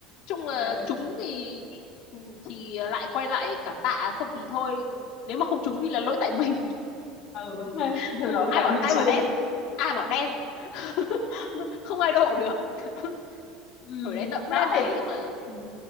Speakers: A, on the left; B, on the left.
A: chung là
B: ừ
A: trúng thì ừ, thì lại quay lại cảm tạ không thì thôi nếu mà không
B: Ừ.
A: trúng thì là lỗi tại mình
B: ừ đúng ha
A: <laughs>
B: <laughs> lỗi tại
A: ai bảo
B: mình
A: ai
B: xui
A: bảo đen ai bảo đen <laughs>
B: <laughs>
A: không ai độ được <laughs>
B: ừ.
A: hồi đấy tớ cũng
B: đó
A: lên
B: thì
A: đấy nhưng mà
B: ừ.